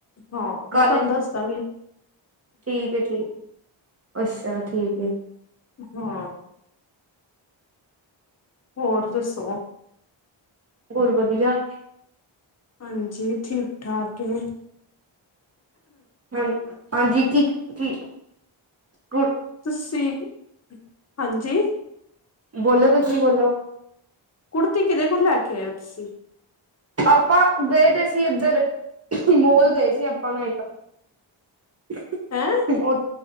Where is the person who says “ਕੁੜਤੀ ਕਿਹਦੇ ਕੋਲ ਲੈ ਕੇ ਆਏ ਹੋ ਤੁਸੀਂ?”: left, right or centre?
Left